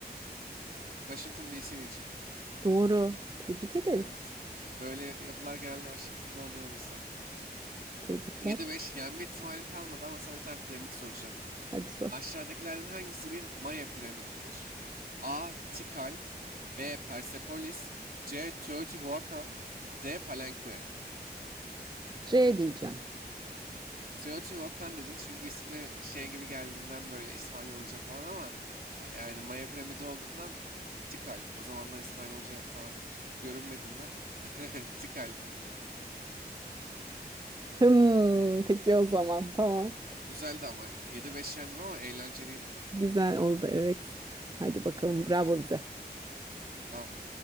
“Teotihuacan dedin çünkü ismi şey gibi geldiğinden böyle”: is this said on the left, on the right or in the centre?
Right